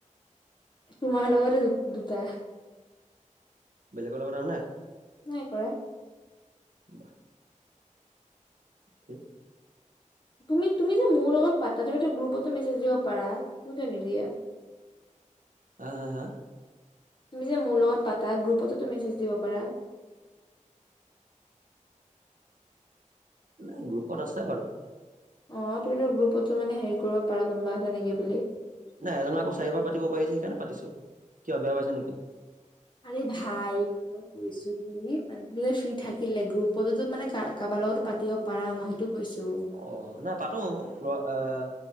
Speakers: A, on the left; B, on the right.
A: তোমাৰ লগতে দু দুটা।
B: বেলেগৰ লগত আৰু নাই?
A: নাই কৰা।
B: বাহ। প <unintelligible>
A: তুমি, তুমি যে মোৰ লগত পা ত তুমি তো গ্ৰুপতো মেছেজ দিব পাৰা, তুমি কিয় নিদিয়া?
B: হা, হা, হা?
A: তুমি যে মোৰ লগত পাতা, গ্ৰুপততো মেছেজ দিব পাৰা?
B: <inaudible> ন গ্ৰুপত আছে বাৰু।
A: অ' তুমিতো গ্ৰুপতো মানে হেৰি কৰিব পাৰা। কোনোবা আছে নেকি বুলি?
B: নাই এজনৰ আকৌ চাৰিবাৰ পাতিব পাৰিছে সেইকাৰণে পাতিছো। কিয় বেয়া পাইছে নেকি?
A: আৰে ভাই, মই কৈছো কি মানে তুমি যে ফ্ৰী থাকিলে গ্ৰুপতে মানে কাবাৰ লগত পাতিব পাৰা। মই সেইটো কৈছো
B: অ' নাই পাতো লৰা আহ